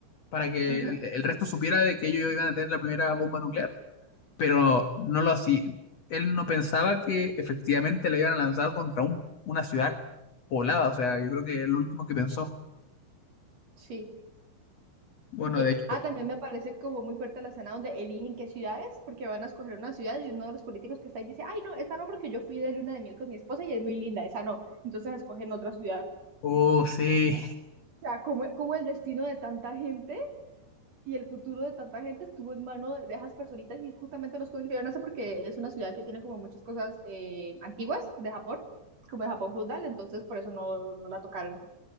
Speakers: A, on the left (about 65°); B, on the right (about 35°).
A: para que
B: ujú,
A: el, el resto supiera de que ellos iban a tener la primera bomba nuclear pero no lo hacía. Él no pensaba que efectivamente la iban a lanzar contra un- una ciudad poblada, o sea, yo creo que es lo último que pensó.
B: Sí.
A: Bueno,
B: Y que,
A: de hecho, todo.
B: ah, también me parece como muy fuerte la escena donde eligen qué ciudades, porque van a escoger una ciudad y uno de los políticos que está ahí dice, ay, no, esta no, porque yo fui de luna de miel con mi esposa y es muy linda, esa no. Entonces escogen otra ciudad.
A: Oh, sí,
B: O sea, como, como el destino de tanta gente y el futuro de tanta gente estuvo en mano de, de esas personitas y justamente nos cogieron eso porque es una ciudad que tiene como muchas cosas eh, antiguas de Japón, como de Japón feudal, entonces por eso no, no la tocaron.